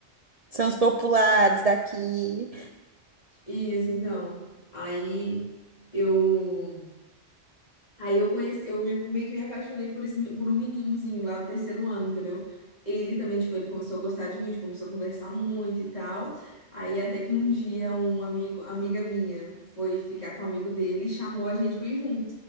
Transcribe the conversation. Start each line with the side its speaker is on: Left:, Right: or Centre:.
Right: São os populares daqui.
Left: Isso, então. Aí eu. Aí eu conheci, eu me- meio que me apaixonei por esse, me- por um meninozinho lá do terceiro ano, entendeu? Ele também, tipo, ele começou a gostar de mim, a gente começou a conversar muito e tal. Aí até que um dia um amigo, amiga minha foi ficar com um amigo dele e chamou a gente pra ir junto.